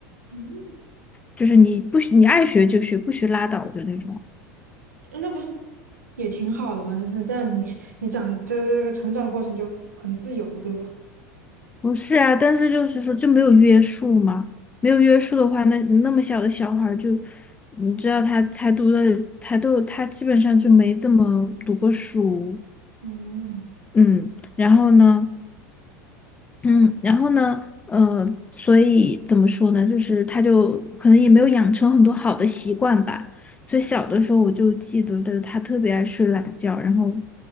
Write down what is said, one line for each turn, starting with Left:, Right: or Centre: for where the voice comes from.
Right: 嗯，
Left: 就是你不许你爱学就学，不学拉倒的那种。
Right: 那不是也挺好的吗？就是这样你，你长这个成长过程就很自由，对吧？
Left: 不是啊，但是就是说就没有约束嘛，没有约束的话，那那么小的小孩儿就，你知道他才读了，他都他基本上就没怎么读过书，
Right: 嗯，
Left: 嗯，然后呢，嗯，然后呢，呃，所以怎么说呢，就是他就可能也没有养成很多好的习惯吧，所以小的时候我就记得的他特别爱睡懒觉，然后，